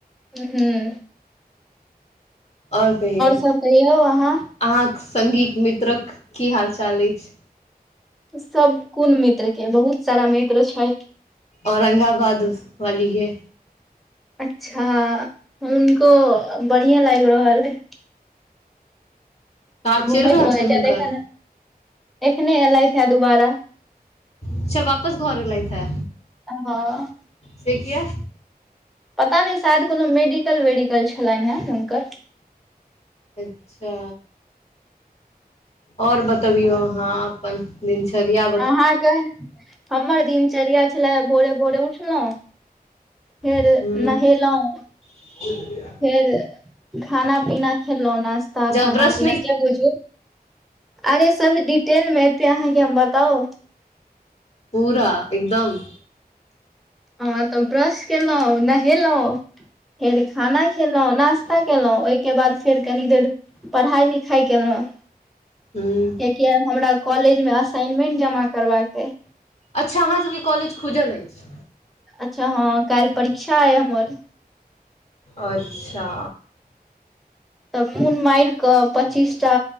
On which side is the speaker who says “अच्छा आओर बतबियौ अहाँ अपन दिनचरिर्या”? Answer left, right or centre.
Left